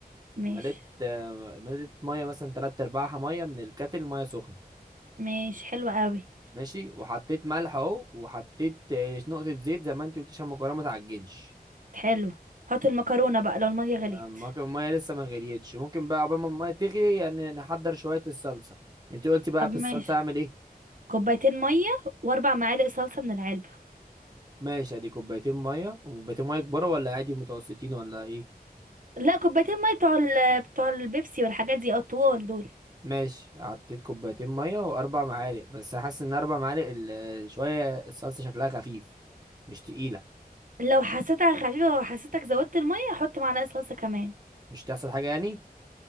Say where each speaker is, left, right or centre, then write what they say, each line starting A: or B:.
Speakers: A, on the right; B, on the right.
A: ماشي
B: ومليت آه، مليت ميه مثلا تلات ارباعها ميه من الكاتل ميه سخنه
A: ماشي حلوة قوي
B: ماشي وحطيت ملح اهو وحطيت آه، نقطه زيت زي ما انت قلت عشان المكرونه ما تعجنش
A: حلو حط المكرونة بقى لو المية غليت
B: ما- ما- الميه لسه ما غليتش ممكن بقى عقبال ما الميه تغلي يعني نحضر شويه الصلصه انت قلتي بقى
A: طب
B: في الصلصه
A: ماشي
B: اعمل ايه
A: كوبايتين مية واربع معالق صلصة من العلبة
B: ماشي ادي كوبايتين ميه وكوبايتين ميه كبار ولا عادي متوسطين ولا ايه
A: لا كوبايتين ميه بتوع ال... بتوع البيبسي والحاجات دي الطوال دول
B: ماشي حطيت كوبايتين ميه واربع معالق بس حاسس ان اربع معالق ال- شويه الصلصه شكلها خفيف مش تقيله
A: لو حسيتها خفيفه وحسيتك زودت الميه حط معلقه صلصه كمان
B: مش تحصل حاجه يعني